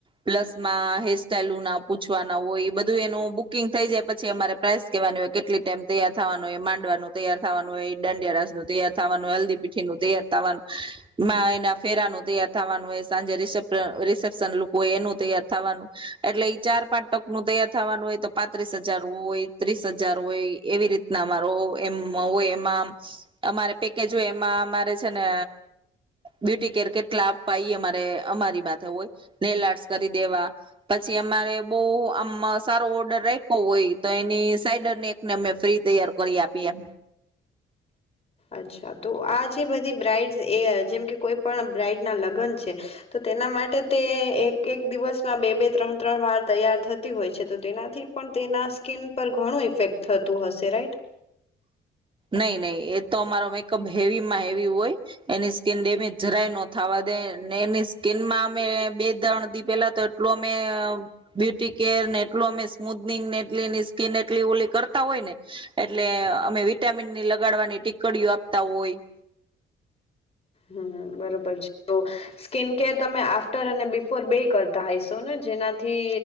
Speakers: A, on the right; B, on the left.
A: પ્લસ માં હેરિસ્ટાઇલ ના પૂછવાના હોય એ બધું એનું બુકિંગ થઈ જાય પછી અમારે પ્રાઇસ કેહેવાનું હોય કેટલી ટાઈમ તૈયાર થવાનું હોય માંડવાનું તૈયાર થવાનું હોય દાંડિયા રાસ નું તૈયાર થવાનું હોય હલ્દી, પીઠી નું તૈયાર થવાનું માં એના ફેરાનું તૈયાર થવાનું હોય સાંજે રિસેશન સ્વાગત લુક હોય એનું તૈયાર થવાનું એટલે ઈ ચાર પાંચ ટક ન તૈયાર થવાનું હોય તો પાંત્રીસ હજાર હોય ત્રીસ હજાર હોય એવી રીતના અમારો એમ હોય એમાં અમારે પેકેજ હોય એમાં અમારે છે, ને બ્યુટી કેર કેટલા આપવા એ અમારે અમારી માથે હોય નેલ આર્ટસ કરી દેવા પછી અમારે બહુ આમ સારો ઓર્ડર રાખો હોય તો એની સાઈડરને એકને અમે ફ્રી તૈયાર કરી આપીએ
B: અચ્છા તો આ જે બધી બ્રાઇડ્સ એ જેમ કે કોઈ પણ બ્રાઇડના લગ્ન છે તો તેના માટે તે એક એક દિવસમાં બે બે ત્રણ ત્રણ વાર તૈયાર થતી હોય છે તો તેનાથી પણ તેના ત્વચા પર ઘણું ઇફેક્ટ થતું હશે રાઈટ
A: નઈ નહી એ તો અમારો મેકઅપ હેવીમાં હેવી હોય એની ત્વચાને નુકસાન જરાય ન થવા દે એની સ્કીનમાં અમે બે ત્રણ દી પેલા તો એટલો અમે બ્યુટી કેર ને એટલો અમે સ્મુથનીગ ને એટલી એની સ્કીન એટલી ઓલી કરતા હોય ને એટલે અમે વિટામિન ની લગાડવાની ટીકડીઓ આપતા હોય
B: હમ બરોબર છે, તો સ્કીન કેર તમે આફ્ટર અને બીફોર બે કરતા હઈશો ને જેનાથી